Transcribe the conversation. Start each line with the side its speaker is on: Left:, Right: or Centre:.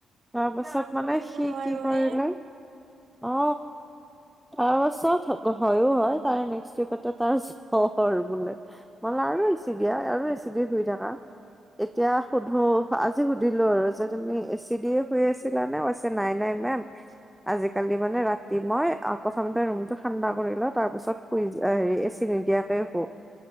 Centre: তাৰ পাছিত মানে
Right: আমি
Centre: সি
Right: নোৱাৰো
Centre: কি কৰিলে,
Right: হে
Centre: অ তাৰ পাছত হয়ো হয় তাৰে নেক্স উইকটত, তাৰ জ্বৰ বোলে, মানে আৰু এচি দিয়া আৰু এচি দি শুই থাকা! এতিয়া সুধো আজি সুধিলো আৰু যে তুমি এচি দিয়ে শুই আছিলা নে? নাই নাই মেম, আজিকালি মানে ৰাতি মই প্ৰথমতে ৰুমটো ঠানণ্ডা কৰি লওঁ তাৰ পিছত শুই যা অ হেৰি এচি চি নিদিয়াকে শুও